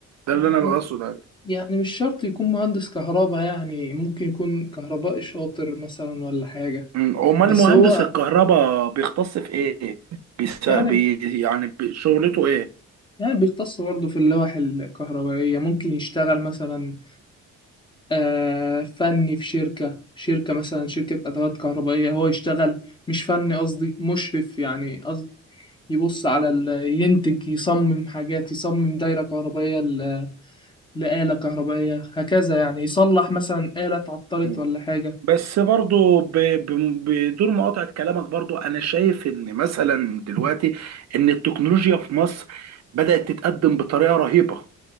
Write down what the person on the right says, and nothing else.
ده
اللي انا بقصد عليه
مم، امال
مهندس
الكهرباء بيختص في ايه بيسا...
بي... يعني بي- شغلته ايه
مم.
بس برضو ب- ب- بدون مقاطعة كلامك برضو أنا شايف إن مثلا دلوقتي إن التكنولوجيا في مصر بدأت تتقدم بطريقة رهيبة